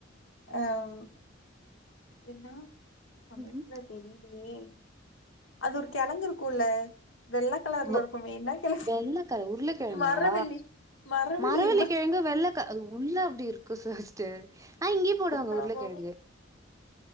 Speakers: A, on the left; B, on the right.
A: அஹம் என்ன தமிழ்லே
B: ம்
A: தெறி ஏ அது ஒரு கெழங்கு இருக்குல்ல வெள்ள கலர்ல
B: ஒவ்
A: இருக்குமே என்ன கெழங்கு
B: வெள்ளக்காய் உருளக்கெழங்கா
A: மரவள்ளி மரவள்ளி
B: மரவெள்ளி கெழங்கு வெள்ளக் க அது உள்ள அப்டி இருக்கு குஷஜ் ஆ இங்கயே போடுவாங்க
A: மரவள்ளி
B: உருளகெழங்கு